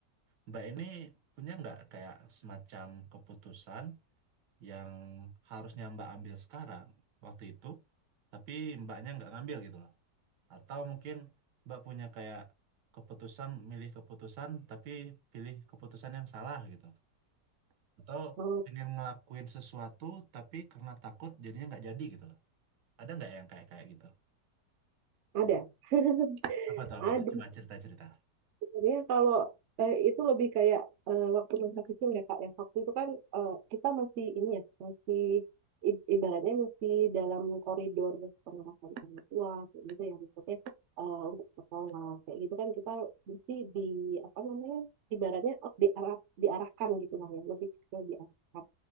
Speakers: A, on the right (about 80°); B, on the right (about 55°).
A: Mbak ini punya nggak kayak semacam keputusan yang harusnya Mbak ambil sekarang waktu itu, tapi Mbaknya nggak ngambil gitu loh. Atau mungkin Mbak punya kayak keputusan, milih keputusan, tapi pilih keputusan yang salah gitu. Atau
B: Mm,
A: pengen ngelakuin sesuatu, tapi karena takut jadinya nggak jadi gitu loh. Ada nggak yang kayak kayak gitu?
B: Ada, <laughs>
A: Apa tuh, apa tuh? Coba
B: ada.
A: cerita-cerita.
B: sebenarnya kalau eh, itu lebih kayak eh, waktu masa kecil ya Kak ya. Waktu itu kan eh, kita masih ini ya, masih i- ibaratnya masih dalam koridor pengawasan orang tua kayak gitu ya maksudnya eh, untuk sekolah kayak gitu kan kita mesti di apa namanya ibaratnya oh, diarah, diarahkan gitu lah ya lebih ke diarahkan.